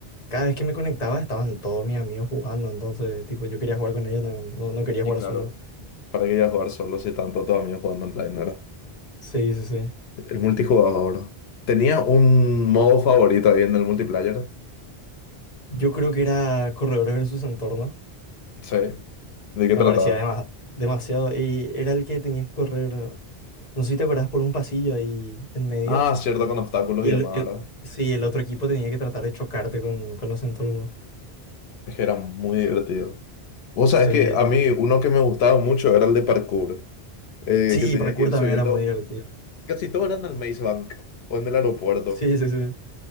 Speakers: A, on the left (about 45°); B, on the left (about 80°).
A: cada vez que me conectaba estaban todos mis amigos jugando, entonces, tipo, yo quería jugar con ellos, no, no no quería
B: Y
A: jugar
B: claro,
A: solo.
B: ¿para qué ya jugar solo si tanto todos amigos jugando online, verdad?
A: Sí, sí, sí.
B: El multijugador. ¿Tenía un modo favorito ahí en el multiplayer?
A: Yo creo que era Corredores versus Entorno.
B: Sí. ¿De qué
A: Me
B: trataba?
A: parecía dema- demasiado. Y era el que tenías que correr, no sé si te acordás, por un pasillo ahí en medio.
B: Ah, cierto, con obstáculos
A: Y
B: y
A: el,
B: demás,
A: el,
B: ¿verdad?
A: sí, el otro equipo tenía que tratar de chocarte con, con los entornos.
B: Es que era muy divertido. Vos sabés
A: Sí,
B: que a mí
A: sí.
B: uno que me gustaba mucho era el de parkour, eh,
A: Sí,
B: que tenía
A: parkour
B: que ir
A: también
B: subiendo,
A: era muy divertido.
B: casi todo era en el Maze Bank o en el aeropuerto,
A: Sí, sí, sí.